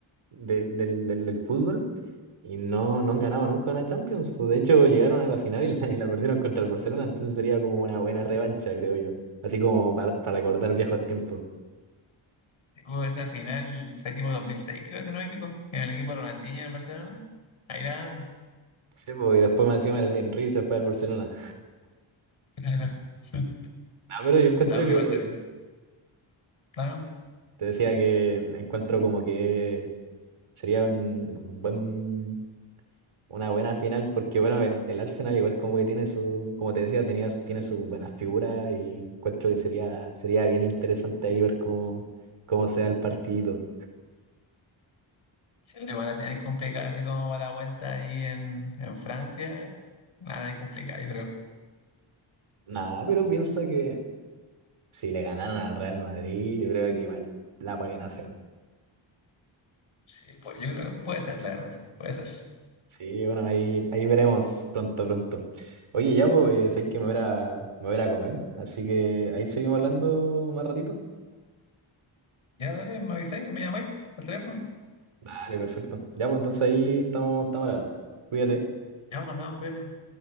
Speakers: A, on the right; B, on the left.
A: del, del, del, del fútbol y no, no han ganado nunca una Champions. Pues, de hecho, llegaron a la final y la, <laughs> y la perdieron contra el Barcelona, entonces sería como una buena revancha, creo yo. Así como para, para recordar viejos tiempos.
B: Sí, hubo esa final, fue tipo dos mil seis creo, si no me equivoco, en el equipo de Ronaldinho en el Barcelona. Ahí la ganaron.
A: Sí, pues, y después más encima el Henry se fue al Barcelona.
B: Claro. <laughs>
A: No, pero yo encuentro
B: No, pero
A: que,
B: igual también. Claro.
A: te decía que encuentro como que Sería un buen, una buena final porque, bueno, el, el Arsenal igual como que tiene su, como te decía, tenía, su- tiene sus buenas figuras y encuentro que sería, sería bien interesante ahí ver cómo, cómo se da el partido.
B: Sí, pero igual la tienen complicada, así como va la vuelta ahí en, en Francia. Nada de complicada, yo creo.
A: Nada, pero piensa que si le ganaran al Real Madrid, yo creo que igual la pueden hacer.
B: Sí, pues, yo creo que puede ser, la verdad. Puede ser.
A: Sí, bueno, ahí, ahí veremos pronto, pronto. Oye, ya pues, hay que me voy a, me voy a comer, así que ahí seguimos hablando más ratito.
B: Ya, dale, me avisáis, me llamáis al teléfono.
A: Vale, perfecto. Ya, pues entonces ahí estamos, estamos al habla. Cuídate.
B: Ya, nos vemos, cuídate.